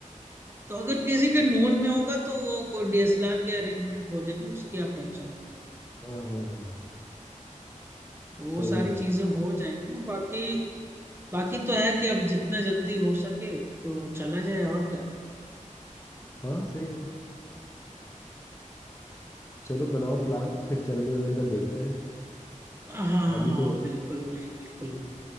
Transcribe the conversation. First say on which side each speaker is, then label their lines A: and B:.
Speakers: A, on the right; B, on the left.
A: तो अगर किसी
B: स-
A: के नोन में होगा तो वो कोई डीएसएलआर के अरेंजमेंट हो जाएगी उसकी आप टेंशन मत लो
B: हाँ हाँ हाँ
A: वो
B: सही
A: सारी
B: है
A: चीजें हो जाएंगी बाकी बाकी तो है कि अब जितना जल्दी हो सके तो चला जाए और क्या
B: हाँ सही बात है। चलो बनाओ प्लान फिर चलने वलने का देखते हैं
A: हाँ
B: अभी
A: हाँ
B: तो
A: बिल्कुल वही बिल्कुल